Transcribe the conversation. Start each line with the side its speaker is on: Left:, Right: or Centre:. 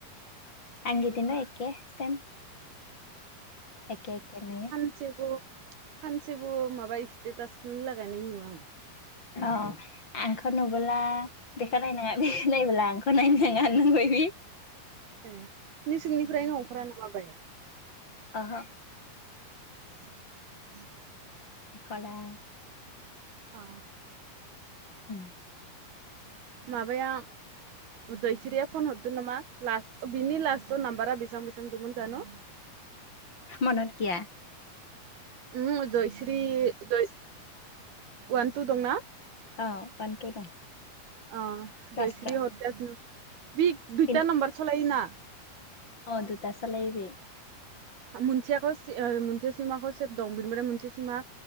Left: आं गिदिनो एके सेम एके एखे नोयो
Right: सानसेबो सानसेबो माबा स्टेटासखौनो लागायनाय नुवा आं
Left: अ आंखौ नुबोला बेखौ नायनाङा बेखौ नायबोला आंखौ नायनो नङा होननायबायदि
Right: ए नसिंनिफ्रायनो अंखरा नामा बे
Left: आहो
Right: <inaudible>
Left: खाला
Right: अ
Left: उम
Right: माबाया जयसिरिया फन हरददों नामा लास बिनि लासट नामबारा बिसां बिसां दंमोन जानु
Left: मनत गिया
Right: उमहु जयस्रि जय वान टु दंना
Left: अ वान‌ टु दं
Right: अ
Left: लास्टआव
Right: जयस्र हदग बि दुइथा
Left: बेन
Right: नाम्बार सलायोना
Left: अ दुथा सालायो बि
Right: मोनसेयाखौ मोनसे सिमाखौ सेब दं बिनिफ्राय मोनसे सिमा